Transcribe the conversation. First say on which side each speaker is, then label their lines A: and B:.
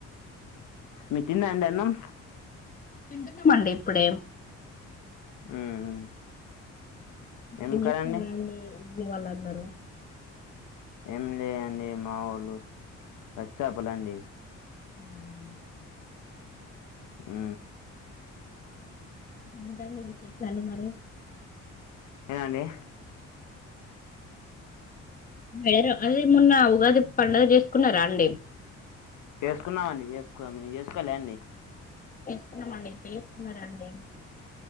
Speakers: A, on the left (about 80°); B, on the left (about 30°).
A: ఉడికిందా అండి అన్నం
B: తింటున్నామండీ ఇప్పుడే
A: ఉమ్ ఉమ్ ఏం
B: చేస్తునారని
A: కదండి
B: వాళ్ళు అన్నారు
A: ఎంలే అండి మావలు పచ్చా పలండి
B: ఉ హు
A: ఉ ఉ
B: ఏంటండీ విశేషాలు మరి
A: ఎదండడి
B: వేరు అది మొన్న ఉగాది పడుగ చేసుకున్నారా అండి
A: చేసుకున్నామండి చేసుకుం మీ చేసుకోలే అండి
B: చేసుకున్నామండి ఎట్లా చేసుకున్నారండి